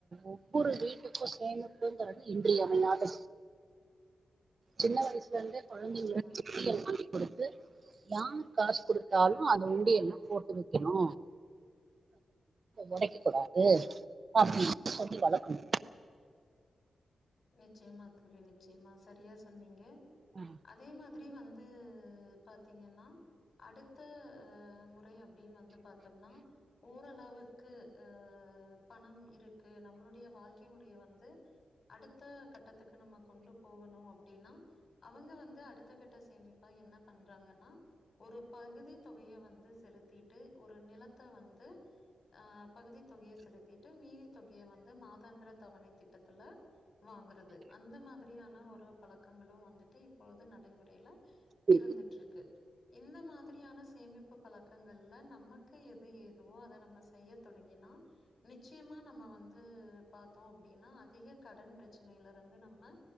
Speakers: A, on the right; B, on the left.
A: ஒவ்வொரு வீட்டுக்கு சேமிப்புங்கறது இன்றியமையாதது சின்ன வய சுலருந்தே கொழந்தைங்கல
B: நிச்சயமா
A: <inaudible>
B: தோழி
A: சொல்லி கொடுத்து யார் காசு குடுத்தாலு அத உண்டியல்ல போட்டு வைக்கணு உடைக்கக் கூடாது அப்டினு சொல்லி வளக்கனு
B: நிச்சயமா தோழி நிச்சயமா ஸ் சரியா சொன்னீங்க
A: ஆ
B: அதே மா ரி வந்து பாத்தீங்கன்னா அடுத்த அ முறை அப்டின் வந்து பாத்தோம்னா ஓரளவுக்கு அ பணம் இருக்கு நம்மளுடைய வாழ்க்கை முறைய வந்து அடுத்த கட்டத்துக்கு நம்ம கொண்டு போ போனு அப்டின்னா அவங்க வந்து அடுத்த கட்ட சேமிப்பா என்ன பண்றாங்கன்னா ஒரு பகுதி தொகைய வந்து செலுத்திட்டு ஒரு நிலத்த வந்து ஆ பகுதி தொகைய செலுத்திட்டு மீதி தொகைய வந்து மாதாந்திர தவணை திட்டத்துல வாங்கறது அந்த மாதிரியான ஒரு பழக்கங்களு வந்துட்டு இப்பொழுது நடைமுறையில
A: இருக்கு
B: இருந்துட்ருக்கு இந்த மாதிரியான சேமிப்பு பழக்கங்கள்ல நமக்கு எது ஏதுவோ அத நம்ம செய்ய தொடங்கினா நிச்சயமா நம்ம வந்து பாத்தோ அப்படின்னா அதிக கடன் பிரச்சனையிலருந்து நம்ம